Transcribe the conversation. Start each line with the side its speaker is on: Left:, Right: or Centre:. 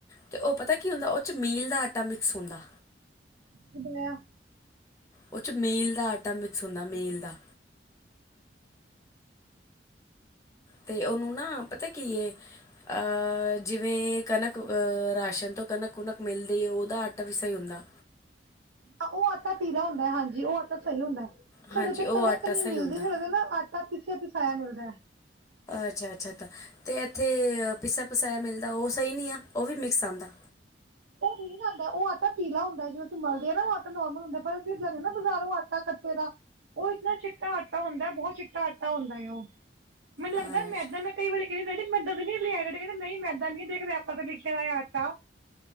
Left: ਤੇ ਉਹ ਪਤਾ ਕੀ ਹੁੰਦਾ ਉਹ 'ਚ ਮੀਲ ਦਾ ਆਟਾ ਮਿਕਸ ਹੁੰਦਾ।
Right: ਕਿਧਇ <inaudible>
Left: ਉਹ 'ਚ ਮੇਲ ਦਾ ਆਟਾ ਮਿਕਸ ਹੁੰਦਾ ਮੇਲ ਦਾ। ਤੇ ਉਹਨੂੰ ਨਾ ਪਤਾ ਕੀ, ਹੈ ਅਹ ਜਿਵੇਂ। ਜਿਵੇਂ ਕਣਕ ਰਾਸ਼ਨ ਤੋਂ ਕਣਕ- ਕੁਣਕ ਮਿਲਦੀ ਉਹਦਾ ਆਟਾ ਵੀ ਸਹੀ ਹੁੰਦਾ।
Right: ਉਹ ਆਟਾ ਪੀਲਾ ਹੁੰਦਾ ਹੈ। ਹਾਂਜੀ ਉਹ ਆਟਾ ਸਹੀ ਹੁੰਦਾ।
Left: ਹਾਂਜੀ
Right: ਸਾਡੇ ਤੇ
Left: ਉਹ
Right: ਕਣਕ
Left: ਆਟਾ
Right: ਨਹੀਂ
Left: ਸਹੀ
Right: ਮਿਲਦੀ,
Left: ਹੁੰਦਾ
Right: ਸਾਡੇ ਤੇ ਨਾ ਆਟਾ ਪਿਸਿਆ ਪਿਸਾਇਆ ਮਿਲਦਾ।
Left: ਅੱਛਾ -ਅੱਛਾ -ਅੱਛਾ। ਅਤੇ ਇੱਥੇ ਪਿਸਾ ਪਸਾਇਆ ਮਿਲਦਾ ਉਹ ਸਹੀ ਨਹੀਂ ਆ ਉਹ ਵੀ ਮਿਕਸ ਆਉਂਦਾ। ਹ
Right: ਪੀਹ ਜਾਂਦਾ ਉਹ ਆਟਾ ਪੀਲਾ ਹੁੰਦਾ ਹੈ। ਜਦੋਂ ਅਸੀਂ ਮਲਦੇ ਹ ਨਾ ਉਹ ਆਟਾ ਨੋਰਮਲ ਹੁੰਦਾ। ਪਰ ਅਸੀਂ ਨਾ ਬਾਜ਼ਾਰ ਉਹ ਆਟਾ ਕੱਟੇ ਦਾ ਉਹ ਇਨਾ ਚਿੱਟਾ ਆਟਾ ਹੁੰਦਾ। ਬਹੁਤ ਚਿੱਟਾ ਆਟਾ ਹੁੰਦਾ ਹੈ ਉਹ। ਮਨੂੰ ਲੱਗਦਾ
Left: ਅੱਛਾ,
Right: ਮੈਦਾ ਮੈਂ ਕਈ ਵਾਰੀ ਮੈ ਐਦਾ ਨਹੀਂ ਲੈਕੇ ਆਇਆ ਡੈਡੀ ਕਹਿੰਦੇ ਨਹੀਂ ਮੈਦਾ ਨੀ ਦੇਖ ਰੇਐਪਰ ਤੇ ਲਿਖਿਆ ਦਾ ਆਟਾ